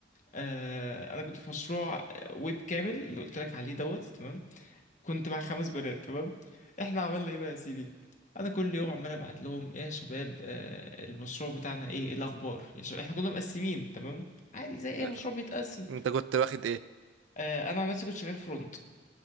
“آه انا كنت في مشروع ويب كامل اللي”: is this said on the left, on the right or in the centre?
Left